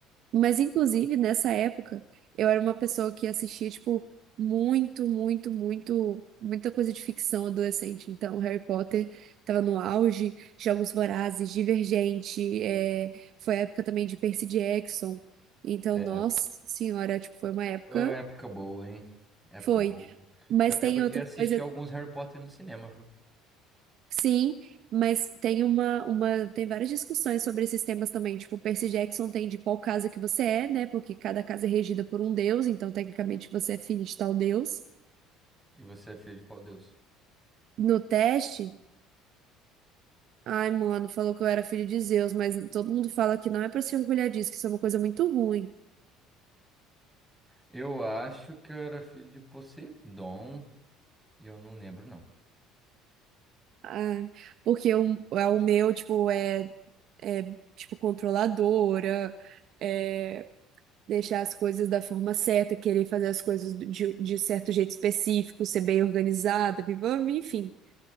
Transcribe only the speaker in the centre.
É,
foi uma época boa, hein? Época
boa.
Eu
lembro
de assistir
alguns Harry Potter no cinema, viu?
E você é filho de qual deus?
Eu acho que eu era filho de Poseidon. E eu não lembro, não.